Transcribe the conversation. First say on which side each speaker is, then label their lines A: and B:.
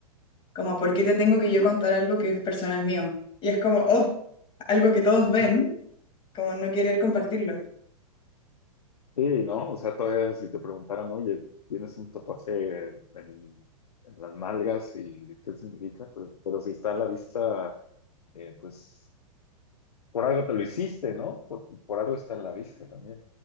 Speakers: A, on the left (about 25°); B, on the left (about 80°).
A: Como, ¿por qué te tengo que yo contar algo que es personal mío? Y es como, oh, algo que todos ven,
B: Ujú.
A: como no querer compartirlo.
B: Sí, ¿no? O sea, todavía si te preguntaran, oye, tienes un tatuaje en, en- en las nalgas y qué significa, Pues, pero si está a la vista, eh, pues por algo te lo hiciste, ¿no? Por, por algo está en la vista también.